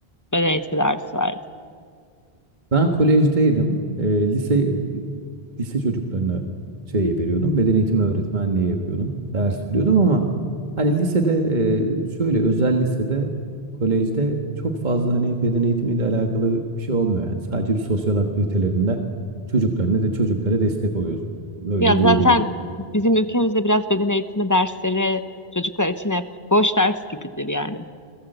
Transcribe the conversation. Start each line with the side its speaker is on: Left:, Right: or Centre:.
Left: beden eğitimi dersi verdin?
Right: Ben kolejdeydim. Ee, lise e, lise çocuklarına şey veriyordum.
Left: Hmm.
Right: Beden eğitimi öğretmenliği yapıyordum. Ders veriyordum ama hani lisede e, şöyle özel lisede kolejde çok fazla hani beden eğitimiyle alakalı bir şey olmuyor yani. Sadece bir sosyal aktivitelerinde çocuklarına de çocuklara destek oluyoruz. Öyle
Left: Ya
Right: diyebilirim.
Left: zaten bizim ülkemizde biraz beden eğitimi dersleri çocuklar için hep boş ders gibidir yani.